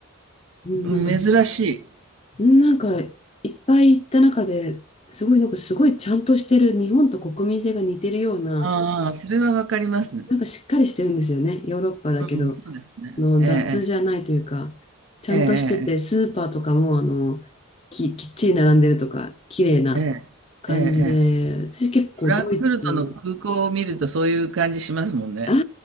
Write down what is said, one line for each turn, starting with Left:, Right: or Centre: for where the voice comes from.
Left: うん、
Right: ごい珍しい。
Left: なんか、うんなんかいっぱい行った中ですごいなんかすごいちゃんとしてる日本と国民性が似てるような
Right: ああ、それはわかります。
Left: なんかしっかりしてるんですよね。ヨーロッパだけど、
Right: うん、そうですね。
Left: あの雑じゃないというか、
Right: ええ
Left: ちゃんとしてて、
Right: ええ
Left: スーパーとかもあのき、きっちり並んでるとか、綺麗な
Right: ええええ
Left: 感じで、
Right: ええええ。
Left: 私結構ドイツ、
Right: フランクフルトの空港を見るとそういう感じしますもんね。
Left: ああ、